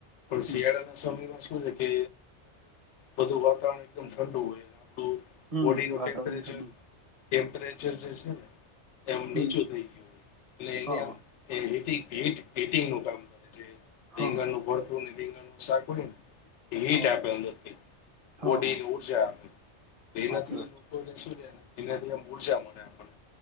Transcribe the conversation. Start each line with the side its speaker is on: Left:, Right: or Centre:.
Left: પણ
Right: હમ
Left: શિયાળાના સમયમાં શું છે કે બધું વાતાવરણ એકદમ ઠંડુ હોય. આપણું
Right: હમ
Left: બોડીનું ટેમ્પરેચર
Right: તરણ ઠડુ
Left: ટેમ્પરેચર જે છે ને એમ નીચું
Right: હમ
Left: થઈ ગયું હો એટલે એલે
Right: હા
Left: એમ
Right: હા
Left: એ પ ગ પીટિંગ નું કામ કરે.
Right: હા
Left: લંગણ ન ભર થું રિંગ નુસાર પું હટ
Right: હા
Left: અંદર બ
Right: હા હા
Left: એની ઉર્જા તે
Right: સાચી
Left: નથી
Right: વાત
Left: એનાથી આમ મુજિયા મને આપણ